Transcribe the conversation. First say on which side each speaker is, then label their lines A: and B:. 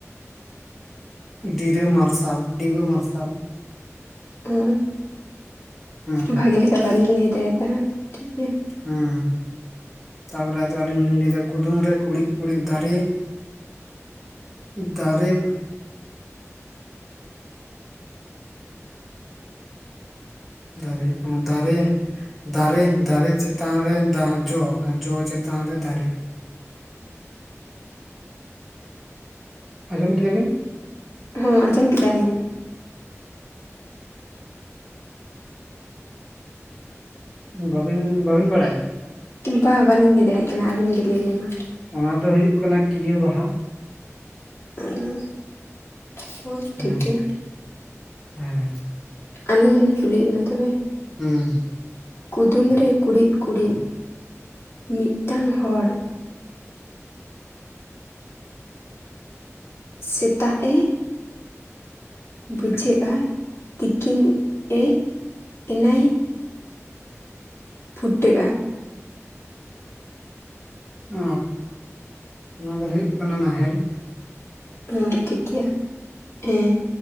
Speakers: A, in the centre; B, on the left.
A: ᱰᱤᱨᱟᱹ ᱢᱟᱨᱥᱟᱞ ᱰᱤᱵᱟᱹ ᱢᱟᱨᱥᱟᱞ
B: ᱦᱳᱭ
A: ᱦᱩᱸ
B: ᱵᱷᱟᱜᱮ ᱞᱮᱠᱟ ᱵᱟᱹᱞᱤᱧ ᱞᱟᱹᱭ ᱫᱟᱲᱮᱟᱫᱟ ᱴᱷᱤᱠ ᱜᱮᱭᱟ
A: ᱦᱩᱸ ᱦᱩᱸ ᱛᱟᱯᱚᱨᱮ ᱟᱫᱚ ᱟᱹᱞᱤᱧ ᱞᱤᱧ ᱞᱟᱹᱭ ᱮᱫᱟ ᱠᱩᱫᱩᱢ ᱨᱮ ᱠᱩᱲᱤᱫ ᱠᱩᱲᱤᱫ ᱫᱟᱨᱮ ᱫᱟᱨᱮᱵᱽ ᱫᱟᱨᱮᱻ ᱚ ᱫᱟᱨᱮ ᱫᱟᱨᱮ-ᱫᱟᱨᱮ ᱪᱮᱛᱟᱱ ᱨᱮ ᱫᱟ ᱡᱚ ᱟᱨ ᱡᱚ ᱪᱮᱛᱟᱱ ᱨᱮ ᱫᱟᱨᱮ ᱟᱸᱡᱚᱢ ᱠᱮᱫᱟ ᱵᱤᱱ?
B: ᱦᱚᱸ ᱟᱸᱡᱚᱢ ᱠᱮᱫᱟᱞᱤᱧ᱾
A: ᱵᱟᱵᱤᱱ-ᱵᱟᱵᱤᱱ ᱵᱟᱲᱟᱭᱟ?
B: ᱵᱟ ᱵᱟᱞᱤᱧ ᱞᱟᱹᱭ ᱫᱟᱲᱮᱜᱭᱟᱜ ᱠᱟᱱᱟ, ᱟᱹᱵᱤᱱ ᱜᱮ ᱞᱟᱹᱭ ᱵᱤᱱ ᱢᱟ?
A: ᱚᱱᱟ ᱫᱚ ᱦᱳᱭᱳᱜ ᱠᱟᱱᱟ ᱠᱤᱭᱟᱹ ᱵᱟᱦᱟ᱾
B: ᱦᱩᱸ ᱦᱳᱭ ᱴᱷᱤᱠ
A: ᱦᱮᱸ
B: ᱜᱮᱭᱟ᱾
A: ᱦᱮᱸ
B: ᱟᱹᱞᱤᱧ ᱦᱚᱞᱤᱧ ᱠᱩᱞᱤᱭᱮᱫ ᱵᱤᱱᱟ ᱛᱚᱵᱮ?
A: ᱦᱩᱸᱻ᱾
B: ᱠᱩᱫᱩᱢ ᱨᱮ ᱠᱩᱬᱤᱫ ᱠᱩᱬᱤᱫ ᱢᱤᱫᱴᱟᱝ ᱦᱚᱲ ᱥᱮᱛᱟᱜ ᱮ ᱵᱩᱡᱷᱟᱹᱜᱼᱟ, ᱛᱤᱠᱤᱱ ᱮ ᱮᱱᱟᱭ ᱯᱷᱩᱴᱟᱹᱜᱼᱟ᱾
A: ᱚᱻ ᱚᱱᱟ ᱫᱚ ᱦᱩᱭᱩᱜ ᱠᱟᱱᱟ ᱱᱟᱦᱮᱞ᱾
B: ᱦᱮᱸ ᱴᱷᱤᱠ ᱜᱮᱭᱟ, ᱦᱮᱸ